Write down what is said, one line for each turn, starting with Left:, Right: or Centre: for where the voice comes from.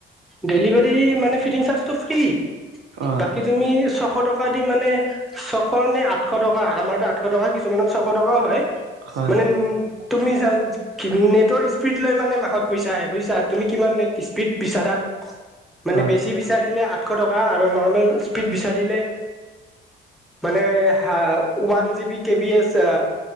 Centre: ডেলিভাৰী মানে ফিটিং চাৰ্জটো ফ্ৰী,
Right: অ',
Centre: বাকী তুমি ছশ টকা দি মানে ছশ নে আঠশ টকা। আমাৰতো আঠশ টকা কিছুমানত ছশ টকাও হয়,
Right: হয়,
Centre: মানে ওন তুমি যান নেটৰ স্পীড লৈ মানে মাহত পইচা আহে। বুইছা? তুমি কিমান নেট স্পীড বিচাৰা। মানে
Right: হয়।
Centre: বেছি বিচাৰিলে আঠশ টকা আৰু নৰ্মেল স্পীড বিচাৰিলে। মানে হা ওৱান জিবি কেবি এচ আ